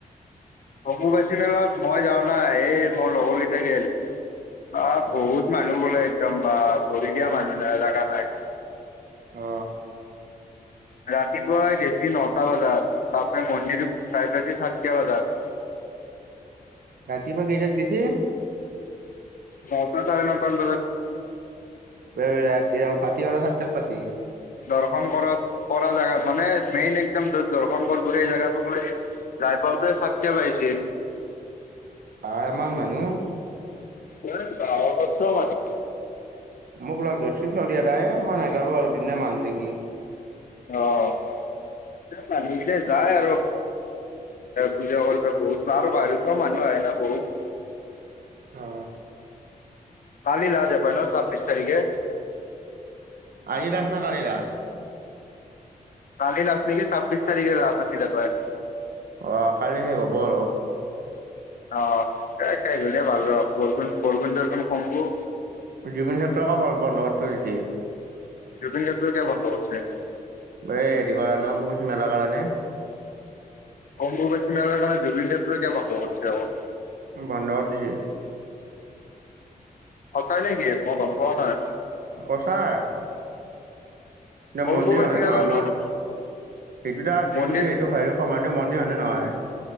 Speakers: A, on the left; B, on the right.
A: অমুবাচী মেলত মই যাও নাই এই মোৰ লগৰলৈকেঞা গল আহ
B: অ
A: বহুত মানুহ গলে একদম বা ভৰি দিয়া মানুহ নাই জাগা নাই
B: অ
A: ৰাতিপুৱাই গেছ নটা বজাত তাৰপ মন্দিৰ চাই পাইছ চাৰিটা বজাত <inaudible>
B: ৰাতি প গেই যাত গছে
A: ভত চাৰে ন প বজাক
B: ৰাতি ভাটিলা চাত ত পচি
A: দৰ্শন কৰাত কৰা জেগা মানে মেইন একদম য'ত দৰ্শন কৰ বো সেই জোগাতোক লৈ য বাপৰে চাতে পাইজ
B: বামান মানুহ
A: এ গাৱত আছ মান
B: মোক লগ ধৰিছিলাই মই নাাজালো আৰু দুনা মানুহ দেখি
A: অহ নিলে যায় আৰু পূজা কৰছে বহুত আৰু বাহিৰ কোৱা মানুহ আহ ন বহুত
B: অ
A: কালি লাছ হপাই ন ছাব্বিশ তাৰিখে।
B: আজি লাছ না কালি লাছ।
A: কালি লাষ্ট নেকি ছাব্বিছ তাৰিখে লাষ্ট আছিলি হপাই।
B: অ', কালি শেষ হব আৰু
A: অ', খাই গিয়া ভাল ৰ বৰষুন-বৰষুন তৰখন কম্বো।
B: জুবিন ক্ষেত্ৰক বন্ধগত থৈছে
A: জুবিন ক্ষেত্ৰ কিয় বন্ধ কৰিছে?
B: এই হেৰি কৰা নে অম্বুবাচী মেলা কাৰণে।
A: অম্বুবাচী মেলাৰ কাৰণে জুবিন কিয় বন্ধ কৰিছে অ'?
B: বন্ধ কৰি দিছি।
A: সঁচাই নেকি মই গম পোৱ নাই।
B: সচাঁই।
A: অম্বুবাচী
B: মন্দিৰ হয়নে
A: মেলাৰ
B: নহয়,
A: লগত
B: সেইটোতে <unintelligible>
A: মন্দিৰ
B: ম এইটো হয় সিটো সমান ম মন্দিৰ হয়নে নহয়?